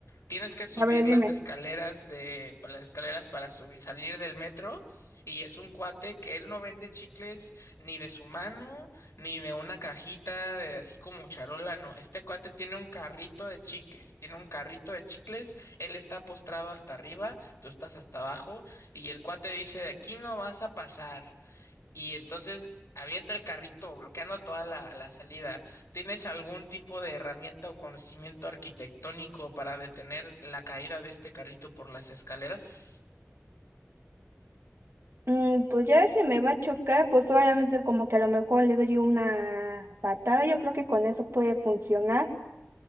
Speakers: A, on the left (about 70°); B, on the right (about 55°).
A: Tienes que subir
B: A ver, dime.
A: las escaleras de, pues, las escaleras para subir, salir del metro, y es un cuate que él no vende chicles ni de su mano, ni de una cajita de así como charola, no. Este cuate tiene un carrito de chicles, tiene un carrito de chicles él está postrado hasta arriba, tú estás hasta abajo, y el cuate dice, de aquí no vas a pasar. Y entonces avienta el carrito, bloqueando toda la, la salida. ¿Tienes algún tipo de herramienta o conocimiento arquitectónico para detener la caída de este carrito por las escaleras?
B: Mm, pues ya si me va a chocar, pues solamente como que a lo mejor le doy una patada, yo creo que con eso puede funcionar.